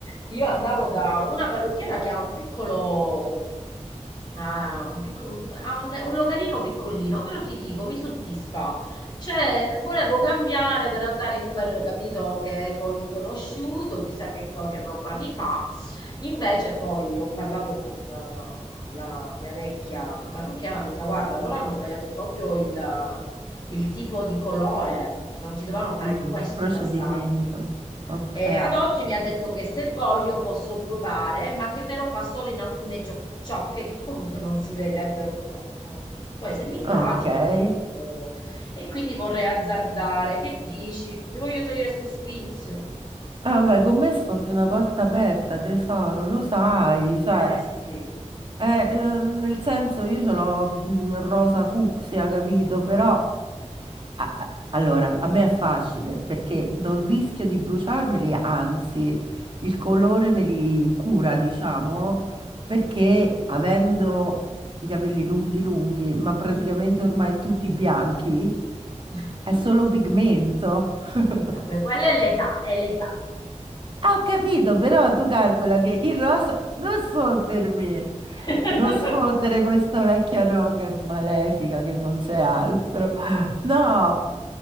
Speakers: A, on the left; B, on the right.
A: io andavo da una parrucchiera che ha un piccolo, ha un, picco- un- ha un- un localino piccolino, però ti dico, mi soddisfa. Cioè, volevo cambiare per andare in quello, capito, che è molto conosciuto, chissà che, co- che roba mi fa. Invece poi ho parlato con eh, la mia vecchia parrucchiera, mi fa, guarda, loro hanno sbagliato proprio il il tipo di colore, cioè non si dovevano fare
B: Mm,
A: questi
B: procedimento.
A: passaggi.
B: Ok,
A: E ad oggi mi ha detto che se voglio posso provare, ma che me lo fa solo in alcune cio- ciocche che comunque non si vedrebbero troppo. Poi se mi piace
B: ok.
A: posso... E quindi vorrei azzardare. Che dici? Mi voglio togliere sto sfizio.
B: Ah, Vabbè, con me sfondi una porta aperta, tesoro, lo sai, cioè...
A: Eh sì.
B: Eh, eh, nel senso io ce l'ho mh, rosa fucsia, capito? Però a- a- allora a me è facile perché non rischio di bruciarmeli, anzi il colore me li cura, diciamo, perché avendo i capelli lunghi lunghi, ma praticamente
A: Mm.
B: ormai tutti bianchi,
A: <laughs>
B: è solo pigmento. <laughs>
A: Vabbè, quella è l'età, è l'età.
B: Ah, Ho capito, però tu calcola che il rosa... Non sfottermi!
A: <laughs>
B: Non sfottere questa vecchia rocker malefica che non sei altro. No!